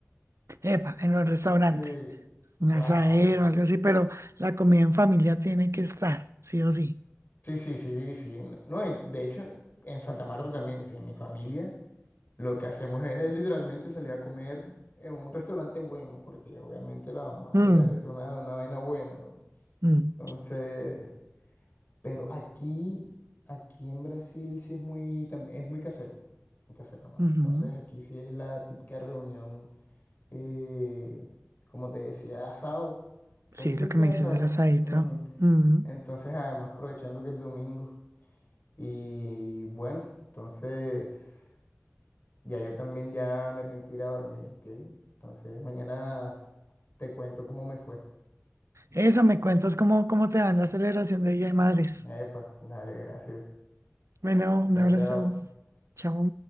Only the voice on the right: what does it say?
Epa, en el restaurante.
un
asadero, algo así, pero la comida en familia tiene que estar, sí o sí.
Mm,
mm,
ujú.
Sí,
lo
que me dices
del asadito.
mm.
Eso, me cuentas cómo, cómo te va en la celebración de Día de Madres.
Bueno, un
abrazo.
Chao.